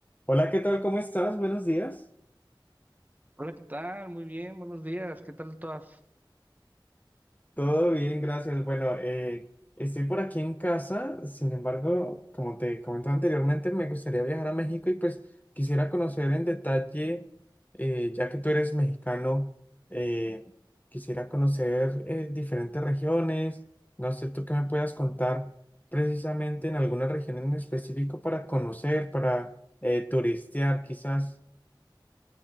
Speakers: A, on the left (about 20°); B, on the right (about 20°).
A: Hola, ¿qué tal? ¿Cómo estás? Buenos días.
B: Hola, ¿qué tal? Muy bien, buenos días. ¿Qué tal todas?
A: Todo bien, gracias. Bueno, eh, estoy por aquí en casa, sin embargo, como te comentaba anteriormente, me gustaría viajar a México y pues quisiera conocer en detalle, eh, ya que tú eres mexicano, eh, quisiera conocer eh, diferentes regiones. No sé, tú qué me puedas contar precisamente en alguna región en específico para conocer, para eh, turistear quizás.